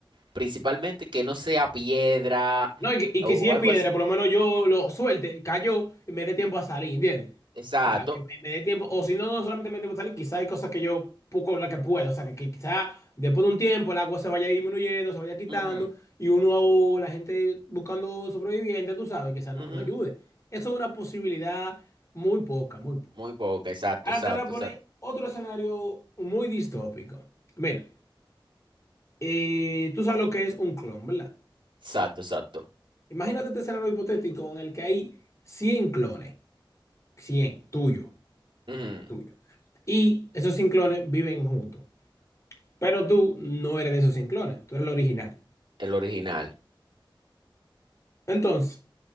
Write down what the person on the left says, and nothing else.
No, y que, y
que si es
piedra,
por lo menos yo lo suelte, cayó y me dé tiempo a salir, ¿entiendes?
O sea, que me, me dé tiempo, o si no, no solamente me dé tiempo a salir, quizá hay cosas que yo poco la que puedo, o sea, que, que quizá después de un tiempo el agua se vaya disminuyendo, se vaya quitando,
y uno, o la gente buscando sobrevivientes, tú sabes, quizás no,
no ayude. Eso es una posibilidad muy poca, muy poca.
Ahora
te voy a poner
otro escenario muy distópico. Mira, eh, tú sabes lo que es un clon, ¿verdad?
Imagínate este escenario hipotético en el que hay 100 clones, 100 tuyo,
tuyo. Y esos 100 clones viven juntos, pero tú no eres de esos cien clones, tú eres el original.
Entonces,